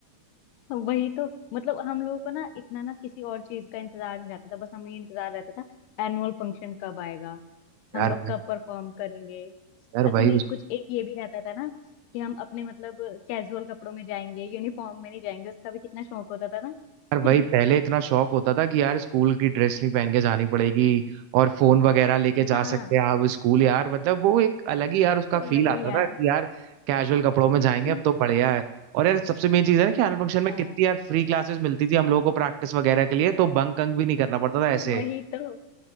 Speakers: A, on the left (about 80°); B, on the right (about 80°).
A: वही तो मतलब हम लोगों को ना इतना ना किसी और चीज का इंतजार नहीं रहता था बस हमें ये इंतजार रहता था एनुअल फंक्शन कब आएगा हम
B: यार
A: लोग
B: भाई
A: कब परफॉर्म करेंगे
B: यार
A: असल
B: वही
A: में कुछ एक ये भी रहता था ना कि हम अपने मतलब कैजुअल कपड़ों में जाएंगे यूनिफॉर्म में नहीं जाएंगे उसका भी कितना शौक होता था ना
B: यार वही
A: <laughs>
B: पहले इतना शौक होता था कि यार स्कूल की ड्रेस नहीं पहन के जानी पड़ेगी और फोन वगैरह लेके जा
A: हाँ
B: सकते हैं आप स्कूल यार मतलब वो एक अलग ही यार उसका
A: वही
B: फील आता
A: यार
B: था कि यार कैजुअल कपड़ों में जाएंगे
A: <laughs>
B: अब तो बढ़िया है और यार सबसे मेन चीज है ना कि एनुअल फंक्शन में
A: हाँ
B: कितनी यार फ्री क्लासेस मिलती थी हम लोगों को प्रैक्टिस वगैरह के लिए तो बंक अंक भी नहीं करना पड़ता था ऐसे
A: वही तो